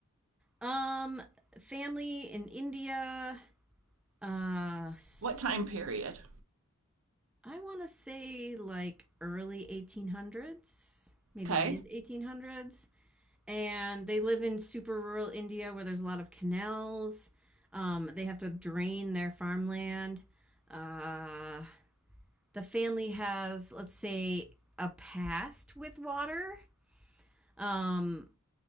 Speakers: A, in the centre; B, on the right.
A: um family in india uh s-
B: What time period?
A: i want to say like early 1800s maybe
B: Okay.
A: mid 1800s and they live in super rural india where there's a lot of canals um they have to drain their farmland uh the family has, let's say, a past with water. Um,